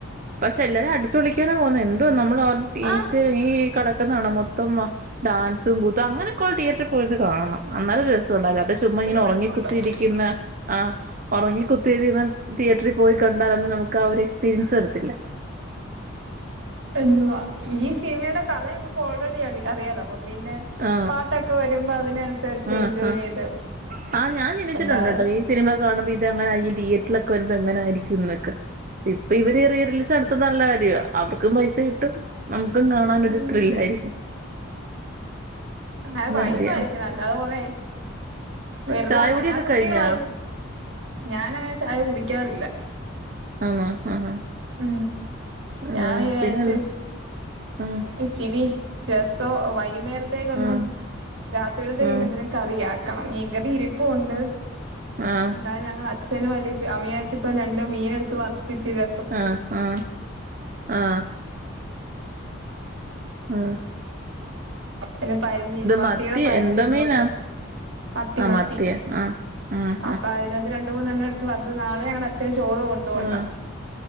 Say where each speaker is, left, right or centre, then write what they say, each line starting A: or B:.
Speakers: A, on the right; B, on the right.
A: പക്ഷെ എല്ലാരും അടിച്ചൊളി പോന്നേ എന്തോ നമ്മള് <unintelligible> ഇൻസ്റ്റായില്
B: ആ
A: ഈ കട <unintelligible> മൊത്തം ഡാൻസും കൂത്തും അങ്ങനെയൊക്കെള്ള തിയേറ്ററിൽ പോയത് കാണണം ഇന്നാലരൊരു രസം ചുമ്മ ഇങ്ങനെ
B: ഒരു വൈബുള്ളു
A: ഉറങ്ങ കുത്തിയിരിക്കുന്ന ആ ഉറങ്ങ <unintelligible> തിയേറ്ററിൽ പോയി കണ്ടാലെന്ന് നമുക്ക് ആ ഒരു എക്സ്പീരിയൻസ് തരത്തില്ല
B: എന്തുവാ ഈ സിനിമയുടെ കഥയെ നമുക്ക് ഓൾറെഡി അറിയാലോ അപ്പം പിന്നെ
A: ആ
B: പാട്ടൊക്കെ വരുമ്പോ അതിനനുസരിച്ച്
A: ആ
B: എൻജോയ് ചെയ്ത്
A: ആ ഞാൻ ചിന്തിച്ചിട്ടുണ്ട്
B: അല്ലാതെ
A: കേട്ടോ ഈ സിനിമെ കാണുമ്പോ ഇതങ്ങനെ ഈ തിയേറ്ററിലൊക്കെ വരുമ്പോ എങ്ങനെ ആരിക്കും ഇന്നൊക്കെ ഇപ്പൊ ഇവര് റിയ റിലീസ് നടത്ത നല്ല കാര്യ അവർക്കും പൈസ കിട്ടും നക്ക് നമുക്കും കാണാൻ ഒരു
B: ഉം
A: ത്രില്ല ആയിരിക്കും
B: അങ്ങനെ വൈബ്
A: കാര്യവാ
B: ആയിരിക്കണം അല്ലാതെ കൊറേ വെറുതെ
A: ചായ
B: അനങ്ങ
A: കുടിയൊക്കെ
B: കുത്തികളായി
A: കഴിഞ്ഞാ
B: ഞാനങ്ങനെ ചായ കുടിക്കാറില്ല
A: ആണോ ആഹ്
B: ഉം
A: ആഹ്
B: ഞാൻ വിച്ചാരിച്ചു
A: പിന്നെ എന്ത് ആഹ്
B: ഇച്ചിരി രസോ വൈ വൈകുന്നേരത്തേക്ക് ഒന്നും
A: ആഹ്
B: രാത്രിത്തേക്കെന്തെങ്കിലും
A: ആഹ്
B: കറിയാ അ <unintelligible> മീൻ കറി ഇരിപ്പുണ്ട്.
A: ആഹ്
B: എന്താ ഞങ്ങൾ അച്ഛനും വലിയ അമിയാച്ചി ഇപ്പ രണ്ട് മീന എടുത്ത് വറുത്തിച്ചിരെ <unintelligible>
A: ആ ആ ആ ആ
B: പിന്നെ പരിഞ്ഞി മത്തിയുടെ
A: മത്തി
B: പരിഞ്ഞല്ല്
A: എന്താ മീനാ
B: കൊണ്ട് മത്തി
A: ആഹ്
B: മത്തി
A: മത്തിയാ ആഹ് ആഹ്
B: അപ്പൊ അതിനാത്ത് രണ്ട് രണ്ട് മൂന്ന് എടുത്തു വറുത്ത് നാളെയാണ് അച്ഛ ചോറ് കൊണ്ടുപോണ്ടാ
A: ആഹ് ആഹ്